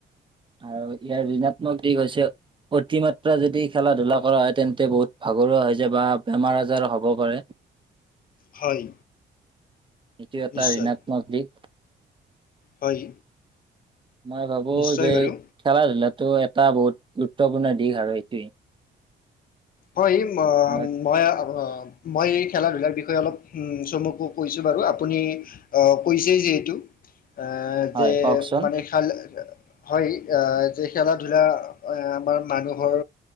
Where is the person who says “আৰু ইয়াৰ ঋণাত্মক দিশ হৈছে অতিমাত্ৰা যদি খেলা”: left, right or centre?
Right